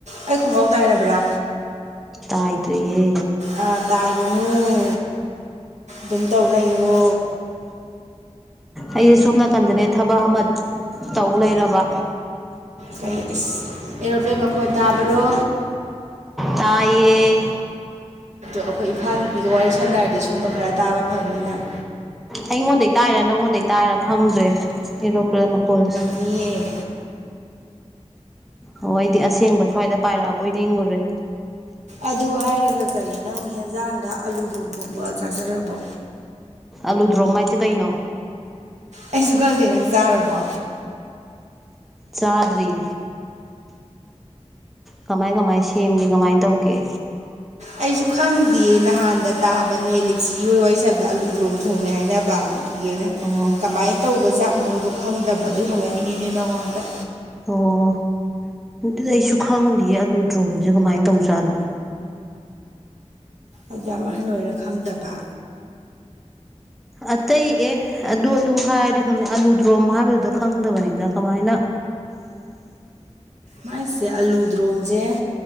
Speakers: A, on the right (about 80°); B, in the centre.
A: ꯑꯩ ꯈꯣꯡꯒꯥꯎ ꯇꯥꯏꯔꯕ꯭ꯔꯥ
B: ꯇꯥꯏꯗ꯭ꯔꯤꯌꯦ
A: ꯑ ꯇꯥꯏ ꯑꯣ ꯗꯨꯝ ꯇꯧꯂꯩꯌꯣ
B: ꯑꯩꯖꯦ ꯁꯣꯝ ꯅꯥꯀꯟꯗꯅꯦ ꯊꯕꯛ ꯑꯃ ꯇꯧ ꯂꯩꯔꯕ
A: ꯀꯩ ꯑꯁ ꯑꯦꯔꯣꯄ꯭ꯂꯦꯟ ꯃꯈꯣꯟ ꯇꯥꯕꯔꯣ
B: ꯇꯥꯏꯌꯦ
A: ꯑꯩꯈꯣꯏ ꯏꯝꯐꯥꯜ ꯅꯨꯄꯤꯒ ꯋꯥꯔꯤ ꯁꯥꯟꯅꯔꯗꯤ ꯁꯨꯝꯕ ꯈꯔ ꯇꯥꯕ ꯐꯪꯅꯤꯅꯪ
B: ꯑꯩꯉꯣꯟꯗꯩ ꯇꯥꯏꯔ ꯅꯪꯉꯣꯟꯗꯩ ꯇꯥꯏꯔ ꯈꯪꯗ꯭ꯔꯦ ꯑꯦꯔꯣꯄ꯭ꯂꯦꯟ ꯃꯈꯣꯜꯁꯦ
A: ꯃꯤꯌꯦ
B: ꯑꯣ ꯑꯩꯗꯤ ꯑꯁꯦꯡꯕ ꯁ꯭ꯋꯥꯏꯗ ꯄꯥꯏꯔꯛꯑꯕꯣꯏ ꯅꯤꯡꯉꯨꯔꯦ
A: ꯑꯗꯨ ꯍꯥꯏꯔꯒ ꯀꯔꯤ ꯅꯪ ꯍꯦꯟꯖꯥꯡꯗ ꯑꯂꯨꯗꯔꯣꯝ ꯊꯣꯡꯕ ꯆꯥꯖꯔꯕꯣ
B: ꯑꯂꯨꯗ꯭ꯔꯣꯝ ꯍꯥꯏꯖꯦ ꯀꯩꯅꯣ
A: ꯑꯩꯁꯨ ꯈꯪꯗꯦ ꯅꯪ ꯆꯥꯔꯕꯣ
B: ꯆꯥꯗꯔꯤ ꯀꯃꯥꯏ ꯀꯃꯥꯏ ꯁꯦꯝꯒꯦ ꯀꯃꯥꯏꯟ ꯇꯧꯒꯦ
A: ꯑꯩꯁꯨ ꯈꯪꯗꯤꯌꯦ ꯅꯍꯥꯟꯗ ꯇꯥꯕꯅꯦ ꯂꯤꯛꯆꯤ ꯍꯣꯏ ꯋꯥꯏꯁꯟꯕꯗ ꯑꯂꯨꯗ꯭ꯔꯣꯝ ꯊꯣꯡꯉꯦ ꯍꯥꯏꯅꯕ ꯑꯗꯨꯒꯤ ꯑꯩꯅ
B: ꯑꯣ
A: ꯀꯃꯥꯏ ꯇꯧꯕꯖꯥꯠꯅꯣꯗꯣ ꯈꯪꯗꯕ ꯑꯗꯨꯏ ꯍꯪꯉꯛꯏꯅꯤꯅꯦ ꯅꯉꯣꯟꯗ
B: ꯑꯣ ꯑꯗꯨꯗꯤ ꯑꯩꯁꯨ ꯈꯪꯗꯤꯌꯦ ꯑꯂꯨꯗ꯭ꯔꯣꯝꯖꯦ ꯀꯃꯥꯏꯟ ꯇꯧꯕꯖꯥꯠꯅꯣ
A: ꯑꯗꯌꯥꯝ ꯑꯍꯟ ꯑꯣꯏꯔ ꯈꯪꯗꯕ
B: ꯑꯇꯩ ꯑꯦ ꯑꯗꯨ ꯑꯗꯨ ꯍꯥꯏꯔꯗꯤ ꯈꯪꯗꯦ ꯑꯂꯨꯗ꯭ꯔꯣꯝ ꯍꯥꯏꯕꯗꯨꯗ ꯈꯪꯗꯕꯅꯤꯅ ꯀꯃꯥꯏꯅ
A: ꯃꯥꯏꯁꯦ ꯑꯂꯨꯗ꯭ꯔꯣꯝꯁꯦ